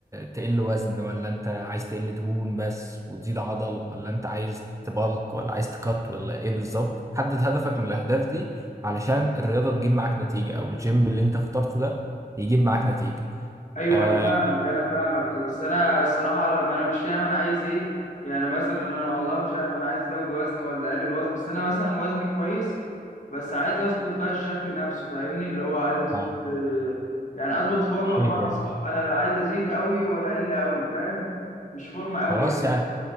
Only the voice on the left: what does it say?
ايوه
انا فاهمك انا فاهمك بس انا الصراحه لما انا مش فاهم انا عايز ايه يعني مثلا انا والله مش عارف انا عايز ازود وزن ولا اقلل وزن بس انا مثلا وزني كويس بس عايز اظبط بقى الشكل نفسه فاهمني اللي هو عايز اظبط
آه، يعني اظبط فورمه
بمعنى
صح انا لا عايز ازيد قوي ولا اقل قوي فاهم مش فورمه قوي
يعني